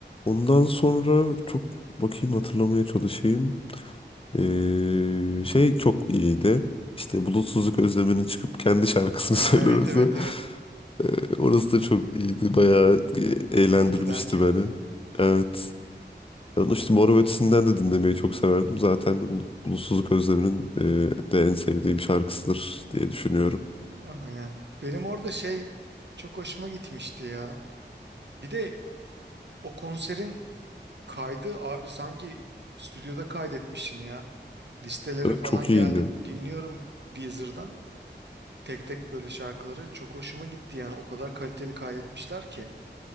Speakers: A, on the left; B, on the right.
A: Ondan sonra çok bakayım hatırlamaya çalışayım. Ee, şey çok iyiydi. İşte bulutsuzluk özleminin çıkıp kendi şarkısını
B: Ha
A: <laughs> söylemesi.
B: evet evet evet.
A: Ee, orası da çok iyiydi. Bayağı
B: Hmm, Güney'e
A: e- eğlendirmişti
B: giderken.
A: beni. Evet. Ben işte Mor ve Ötesi'nden de dinlemeyi çok severdim. Zaten de Bul- Bulutsuzluk Özlemi'nin e, de en sevdiğim şarkısıdır diye düşünüyorum.
B: Aynen. Benim orada şey çok hoşuma gitmişti ya. Bir de o konserin kaydı abi sanki stüdyoda kaydetmişsin ya. listelere
A: Evet,
B: falan
A: çok iyiydi.
B: geldi. Dinliyorum Deezer'dan. Tek tek böyle şarkıları çok hoşuma gitti yani o kadar kaliteli kaydetmişler ki.